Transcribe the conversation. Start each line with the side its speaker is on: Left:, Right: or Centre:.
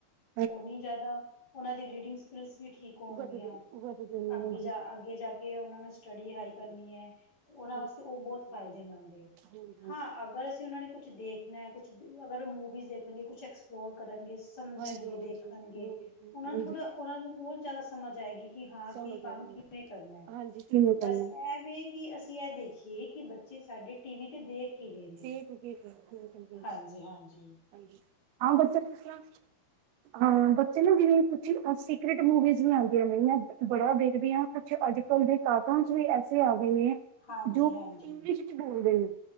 Right: ਹ <inaudible>
Left: ਓਨੀ ਜਾਦਾ ਓਨਾਂ ਦੀ ਰੀਡਿੰਗਸ ਸਕਲਿਸ ਵੀ ਠੀਕ ਹੋਨਗੀਆਂ,
Right: ਵਧਦੇ ਵਧਦੇ ਨੇ
Left: ਅੱਗੇ
Right: ਹਾਂਜੀ
Left: ਜਾ ਅੱਗੇ ਜਾ ਕੇ ਓਨਾਂ ਨੂੰ ਸਟੱਡੀ ਹਾਈ
Right: ਬਿਲਕੁਲ
Left: ਕਰਨੀ ਐ ਤੇ ਓਨਾਂ
Right: ਹਾਂਜੀ
Left: ਵਾਸਤੇ
Right: ਹਾਂਜੀ
Left: ਓ ਬੋਤ ਫਾਏਦੇਮੰਦ ਏ,
Right: ਹਾਂਜੀ
Left: ਹਾਂ ਅਗਰ ਅਸੀਂ ਓਨਾਂ ਨੇ ਕੁੱਛ ਦੇਖਨਾ ਐ ਕੁੱਛ ਅਗਰ ਓ ਮੂਵੀਜ਼ ਦੇਖਨਗੇ ਕੁੱਛ ਐਕਸਪਲੋਰ ਕਰਨਗੇ ਸਮਝਨਗੇ,
Right: ਹਾਂਜੀ ਹਾਂਜੀ
Left: ਦੇਖਨਗੇ,
Right: ਹਾਂਜੀ
Left: ਓਨਾਨੂੰ
Right: ਹਾਂਜੀ
Left: ਥੋੜਾ ਉਨ੍ਹਾਂਨੂੰ ਹੋਰ ਜਾਦਾ ਸਮਝ ਆਏਗੀ ਕਿ ਹਾਂ
Right: ਸਮਝ
Left: ਕੀ ਕੰਮ
Right: ਆ ਰਹੀ
Left: ਕਿਵੇਂ
Right: ਹੈ
Left: ਕਰਨਾ ਐ
Right: ਹਾਂਜੀ ਕਿਵੇਂ ਕਰਨਾ
Left: ਬਸ ਐਵੇ ਕਿ ਅਸੀ ਐ ਦੇਖੀਏ, ਕਿ ਬੱਚੇ ਸਾਡੇ ਟੀ ਵੀ ਤੇ ਦੇਖ ਕੀ ਰੇ ਨੇ
Right: <unintelligible>
Left: ਹਾਂਜੀ-ਹਾਂਜੀ।
Right: ਹਾਂਜੀ, ਹਾਂ ਬੱਚੇ ਜਿਸਤਰਾਂ ਹਾਂ ਬੱਚੇ ਨਾ ਜਿਵੇੰ ਕੁੱਛ ਸੀਕਰੇਟ ਮੂਵੀਜ਼ ਵੀ ਆਂਦੀਆਂ ਪਇਆ ਬੜਾ ਵੇਖਦੀ ਆਂ ਕੁੱਛ ਅੱਜ-ਕੱਲ ਦੇ ਕਾਰਟੂਨਸ ਵੀ ਐਸੇ ਆ ਗਏ ਨੇ
Left: ਹਾਂਜੀ
Right: ਜੋ
Left: ਹਾਂਜੀ।
Right: ਇਸ਼ ਇੱਚ ਬੋਲਦੇ ਨੇ